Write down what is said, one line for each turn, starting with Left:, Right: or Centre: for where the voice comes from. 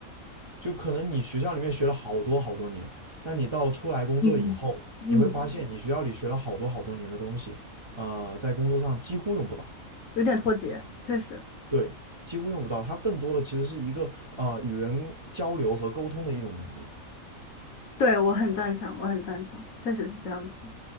Right: 就可能你学校里面学了好多好多年，但你到出来工作以后，
Left: 嗯嗯，
Right: 你会发现你学校里学了好多好多年的东西，呃，在工作上几乎用不到。
Left: 有点脱节，确实，
Right: 对，几乎用不到。它更多的其实是一个呃与人交流和沟通的一种能力。
Left: 对，我很赞成，我很赞成，确实是这样子。